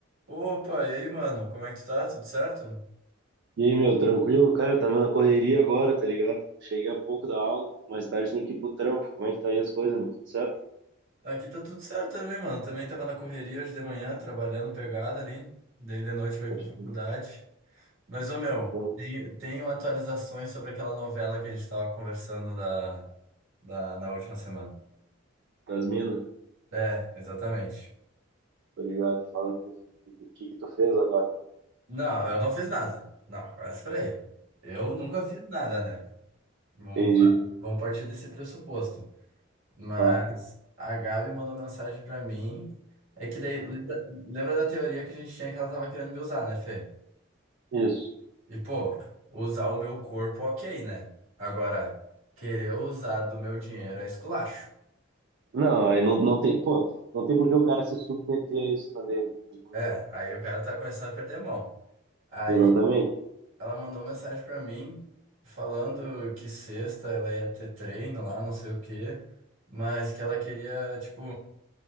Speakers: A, on the right (about 75°); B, on the right (about 60°).
A: Opa, e aí, mano? Como é que tu tá? Tudo certo?
B: E aí, meu, tranquilo? Cara, eu tava na correria agora, tá ligado? Cheguei há pouco da aula, mais tarde tem que ir pro trampo. Como é que tá aí as coisas, meu? Tudo certo?
A: Aqui tá tudo certo também, mano. Também tava na correria hoje de manhã, trabalhando pegada ali. Daí de noite eu vou ir
B: Pode
A: pra faculdade.
B: ir.
A: Mas, ô meu,
B: Bom,
A: tenho, tenho atualizações sobre aquela novela que a gente tava conversando da, da, na última semana.
B: Das minas?
A: É, exatamente.
B: Obrigado. Fala tu, o que, que que tu fez agora?
A: Não, eu não fiz nada. Não, espera aí. Eu nunca fiz nada, né? Vamos,
B: Entendi.
A: pa- vamos partir desse pressuposto. Mas
B: Tá,
A: a Gabi mandou mensagem pra mim. É que daí, lembra, lembra da teoria que a gente tinha que ela tava querendo me usar, né, Fê?
B: isso.
A: E, pô, usar o meu corpo, ok, né? Agora, querer usar do meu dinheiro é esculacho.
B: Não, aí não, não tem, pô, não tem por que o cara se submeter a isso também, né? Vamos combinar.
A: É, aí o cara tá começando a perder a mão. Aí
B: Exatamente.
A: ela mandou mensagem pra mim falando que sexta ela ia ter treino lá, não sei o quê, mas que ela queria, tipo,